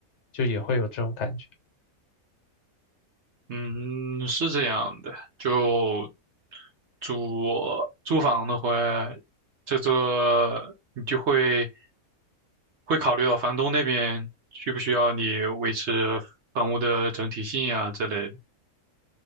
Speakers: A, on the left; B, on the right.
A: 就也会有这种感觉。
B: 嗯，是这样的，就租租房的话，这个你就会会考虑到房东那边需不需要你维持房屋的整体性啊之类的，